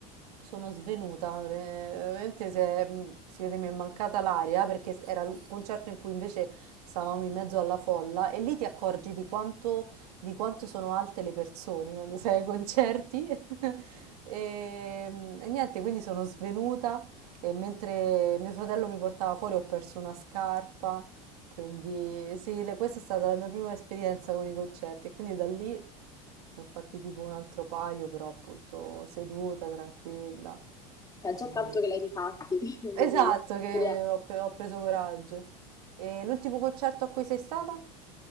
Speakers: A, on the right; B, on the left.
A: sono svenuta, eh, veramente si, è- si vede mi è mancata l'aria perché era il concerto in cui invece stavamo in mezzo alla folla e lì ti accorgi di quanto, di quanto sono alte le persone quando sei ai concerti. <laughs> E, mm, e niente, quindi sono svenuta e mentre mio fratello mi portava fuori ho perso una scarpa. Quindi sì, le- questa è stata la mia prima esperienza con i concerti e quindi da lì ne ho fatti tipo un altro paio, però appunto seduta, tranquilla.
B: È già
A: E-
B: tanto che l'hai rifatti <laughs>
A: Esatto,
B: dopo questa
A: che
B: storia.
A: ho, pe- ho preso coraggio. E l'ultimo concerto a cui sei stata?